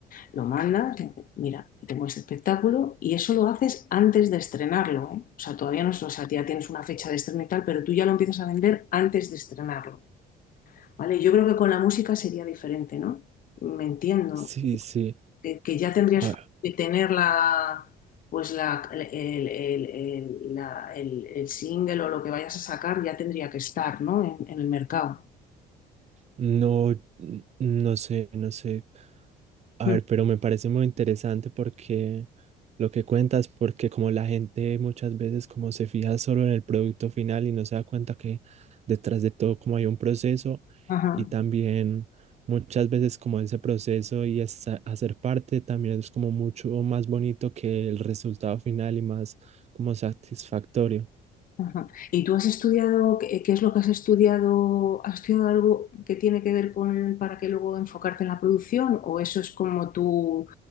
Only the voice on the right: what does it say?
Sí, sí.
A
No, n- no sé, no sé. A
ver, pero me parece muy interesante porque lo que cuentas, porque como la gente muchas veces como se fija solo en el producto final y no se da cuenta que detrás de todo como hay un proceso
y también muchas veces como ese proceso y esa- hacer parte también es como mucho más bonito que el resultado final y más como satisfactorio.